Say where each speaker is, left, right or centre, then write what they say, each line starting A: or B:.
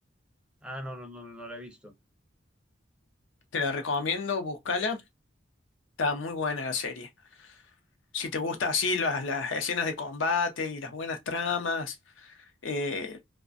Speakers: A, in the centre; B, on the left.
A: Ah, no, no, no, no lo he visto.
B: Te la recomiendo, búscala. Está muy buena la serie. Si te gusta así las, las escenas de combate y las buenas tramas, eh,